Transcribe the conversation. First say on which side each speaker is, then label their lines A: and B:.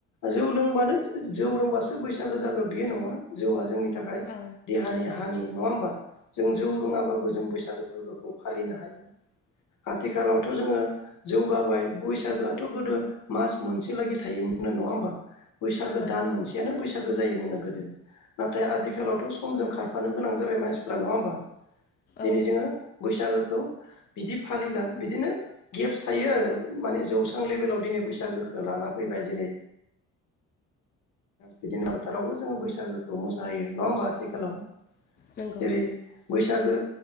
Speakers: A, on the left (about 75°); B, on the left (about 35°).
A: जौ लोंबानो जौ लोंबासो बैसागो जागो बियो नङा जौआ जोंनि। थाखाय
B: औ
A: देहानि हानि नङा होमबा जों जौ रोङाबाबो जों बैसागु। फोरबोखौ फालिनो हायो। आथिखालावथ' जोङो जौगाबाय बैसागोआथ' गोदो मास मोनसे लागि थायोमोन। होनो नङा होमबा बैसागो
B: औ
A: दान मोनसेयानो बैसागो जायोमोन्नो गोदो। नाथाय आदिखालावथ' समजों खारफानो गोनां जाबाय मानसिफोरा नङा होमबा दिनै
B: औ
A: जोङो। बैसागोखौ। बिदि फालिला बिदिनो गेप्स थायो आरो माने जौस्रां लेभेलाव दिनै बैसागोखौ लाना फै दिनै। बिदिनो फोथारावबो जोङो बैसागोखौ मोसाहोयो नङा होमबा आथिखालाव।
B: नंगौ
A: जेरै बैसागो।